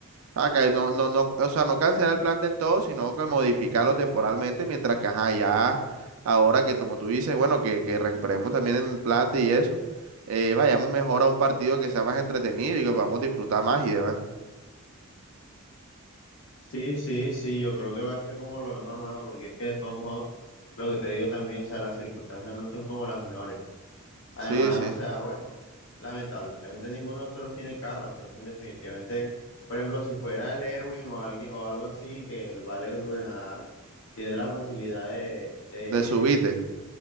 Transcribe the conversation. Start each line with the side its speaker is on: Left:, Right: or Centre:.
Right: acá no, no, no, o sea, no cancelar el plan del todo, sino que modificarlo temporalmente, mientras que ajá, ya, ahora que como tú dices, bueno, que, que recuperemos también en plata y eso, eh, vayamos mejor a un partido que sea más entretenido y que podamos disfrutar más y demás.
Left: Sí, sí, sí, yo creo que va a ser como lo mejor, mano, porque es que de todos modos, lo que te digo también, o sea, las circunstancias no son como las mejores. Además,
Right: Sí, sí,
Left: o sea, bueno, lamentablemente ninguno de nosotros tiene carro, entonces definitivamente, por ejemplo, si fuera el Erwin o alguien o algo así, que el Vale, pues, ajá, tiene la facilidad de, de,
Right: de subite.